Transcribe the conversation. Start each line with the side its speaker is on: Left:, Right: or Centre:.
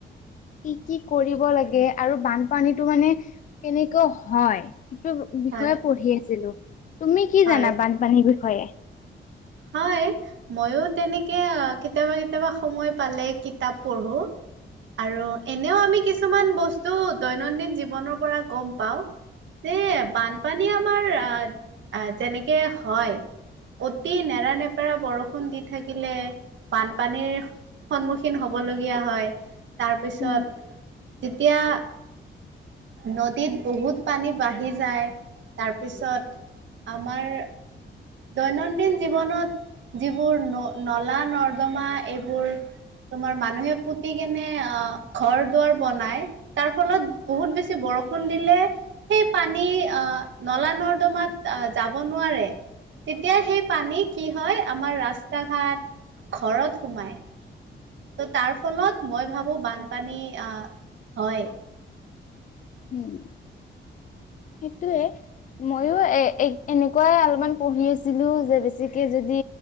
Left: কি, কি কৰিব লাগে আৰু বানপানীটো মানে কেনেকৈ হয়। সেইটো বিষয়ে
Right: হয়
Left: পঢ়ি আছিলো, তুমি কি
Right: হয়
Left: জানা বানপানীৰ বিষয়ে?
Right: হয়। ময়ো তেনেকে কেতিয়াবা কেতিয়াবা সময় পালে কিতাপ পঢ়ো। আৰু এনেও আমি কিছুমান বস্তু দৈনন্দিন জীৱনৰ পৰা গম পাওঁ। এ বানপানী আমাৰ আহ যেনেকে হয়। অতি নেৰানেপেৰা বৰষুণ দি থাকিলে বানপানীৰ। সন্মুখীন হবলগীয়া হয় তাৰপিছত
Left: উম,
Right: যেতিয়া নদীত বহুত পানী বাঢ়ি যায়, তাৰপিছত আমাৰ। দৈনন্দিন জীৱনত যিবোৰ ন- নলা নৰ্দমা এইবোৰ। তোমাৰ মানুহে পুতি কেনে অ', ঘৰ দুৱাৰ। বনাই তাৰ ফলত বহুত বেছি বৰষুণ দিলে। সেই পানী নলা নৰ্দমাত যাব নোৱাৰে। তেতিয়া সেই পানী কি হয়, আমাৰ ৰাস্তা ঘাট ঘৰত সোমাই। ত' তাৰ ফলত মই ভাবো বানপানী আহ হয়।
Left: উম। সেইটোৱে। ময়ো এ এনেকুৱাই অলপমান পঢ়ি আছিলোঁ যে বেছিকৈ যদি।